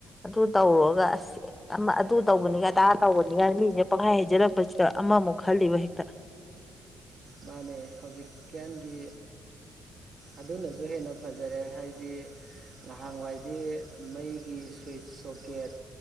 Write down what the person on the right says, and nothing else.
ꯃꯥꯅꯦ ꯍꯧꯖꯤꯛ ꯭ꯌꯥꯟꯒꯤ ꯑꯗꯨꯅꯁꯨ ꯍꯦꯟꯅ ꯐꯖꯔꯦ ꯍꯥꯏꯗꯤ ꯅꯍꯥꯟꯋꯥꯏꯗꯤ ꯃꯩꯒꯤ ꯁ꯭ꯋꯤꯆ ꯁꯣꯀꯦꯠ